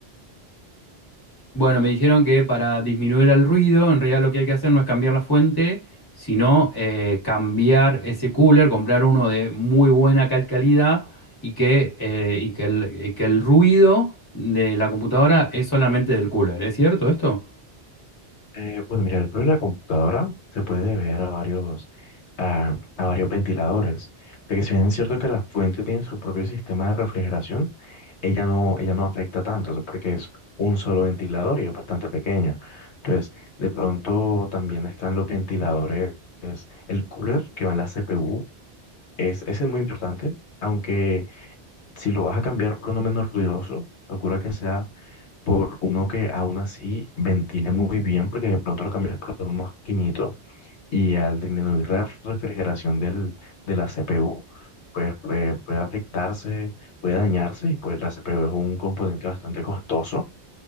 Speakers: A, on the left; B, on the left.
A: Bueno, me dijeron que para disminuir el ruido, en realidad lo que hay que hacer no es cambiar la fuente, sino eh, cambiar ese cooler, comprar uno de muy buena cal- calidad y que, eh, y que el, y que el ruido de la computadora es solamente del cooler. ¿Es cierto esto?
B: Eh, bueno, mira, el problema de la computadora se puede ver a varios, a, a varios ventiladores, porque si bien es cierto que la fuente tiene su propio sistema de refrigeración, ella no, ella no afecta tanto, o sea, porque es un solo ventilador y es bastante pequeño. Entonces, de pronto también están los ventiladores, el cooler que va en la CPU, es, ese es muy importante, aunque si lo vas a cambiar por uno menos ruidoso, procura que sea por uno que aún así ventile muy bien, porque de pronto lo cambias por uno más pequeñito y al disminuir la refrigeración del, de la CPU, pues puede, puede afectarse, puede dañarse y pues la CPU es un componente bastante costoso